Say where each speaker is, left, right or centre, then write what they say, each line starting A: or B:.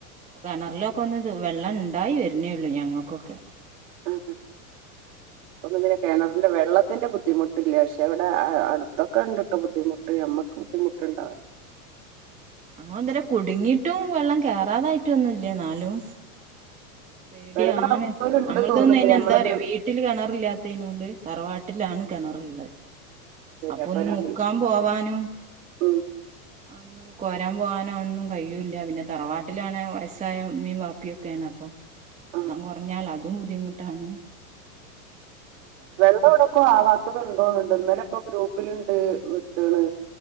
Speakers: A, on the right; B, on the right.
A: കെണറിലൊക്കെ ഒന്ന് ത് വെള്ളം ഇണ്ടായി വരുന്നേള്ളൂ ഞങ്ങൾക്കൊക്കെ
B: ആ ആ <unintelligible> കിണറിന്റെ വെള്ളത്തിന്റെ ബുദ്ധിമുട്ടില്ല, പക്ഷെ ഇവിടെ അടുത്തൊക്കെണ്ട്ട്ടൊ ബുദ്ധിമുട്ട് നമ്മുക്ക് ബുദ്ധിമുട്ടുണ്ടാ
A: ഞങ്ങളിതുവരെ കുടുങ്ങിട്ടും വെള്ളം കേറാതായിട്ടൊന്നുംല്ല എന്നാലും പേടിയാണ്.
B: വെള്ളം അവസ്ഥോലുണ്ട്
A: നമ്മൾതൊന്നൈനെഎന്താറിയൊ
B: തോന്നുന്നുണ്ട് നമ്മളെ ഗ്രൂപ്പ്
A: വീട്ടില് കെണറില്ലാത്തയിനോണ്ട് തറവാട്ടിലാണ് കെണറ്ള്ളത്.
B: ശരി
A: അപ്പൊ ഒന്ന്
B: ഒരാ
A: മുക്കാൻ പോവാനും
B: ഉം
A: ഒന്ന് കോരാൻ പോകാനോ ഒന്നും കഴിയൂല്ല, പിന്നെ തറവാട്ടിലാണേ വയസ്സായമ്മീം, ബാപ്പി ഒക്കെണ് അപ്പൊ വെള്ളം
B: ആഹ്
A: കുറഞ്ഞാൽ അതും ബുദ്ധിമുട്ടാണ്. ഒക്കെ എടങ്ങേറന്നെ
B: വെള്ളം ഔടക്കൊ ആവാത്തത് ഇണ്ടോന്നുണ്ട്, ഇന്നലെപ്പോ ഗ്രൂപ്പില്ണ്ട് വിട്ട്ണ്